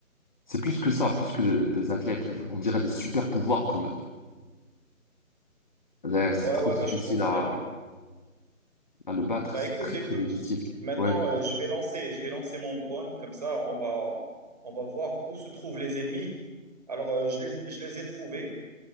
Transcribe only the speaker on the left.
C'est plus que ça, plus que des athlètes. On dirait des super pouvoirs, quand même. Là, c'est
trop
difficile
à, à le battre,
c'est
très,
très difficile.
Ouais,